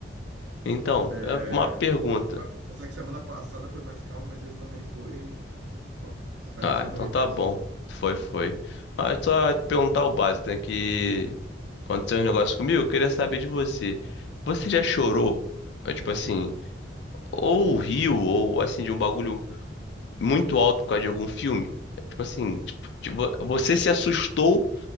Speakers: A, on the left (about 60°); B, on the right (about 70°).
A: Então,
B: É,
A: é uma pergunta.
B: a- a- apesar que semana passada foi mais calmo, mas esse também foi, foi bom, foi bom. Espero
A: Ah,
B: que o seu também
A: então tá
B: tenha
A: bom.
B: sido.
A: Foi, foi. Ah, é só te perguntar o básico, né? Que aconteceu um negócio
B: Hum,
A: comigo, eu queria saber de você. Você já chorou? É, Tipo assim, ou riu, ou assim, de um bagulho muito alto por causa de algum filme? É, Tipo assim, tipo, tipo, você se assustou